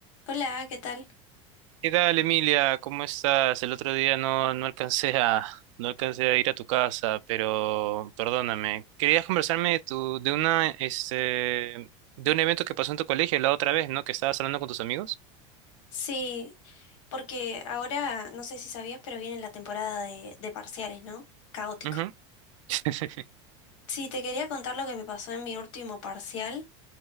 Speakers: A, on the left; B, on the right.
A: Hola, ¿qué tal?
B: ¿Qué tal, Emilia? ¿Cómo estás? El otro día no, no alcancé a, no alcancé a ir a tu casa, pero perdóname. Querías conversarme de tu, de una, este, de un evento que pasó en tu colegio la otra vez, ¿no? Que estabas hablando con tus amigos.
A: Sí, porque ahora no sé si sabías, pero viene la temporada de, de parciales, ¿no? Caótico.
B: Ujú. <laughs>
A: Sí, te quería contar lo que me pasó en mi último parcial,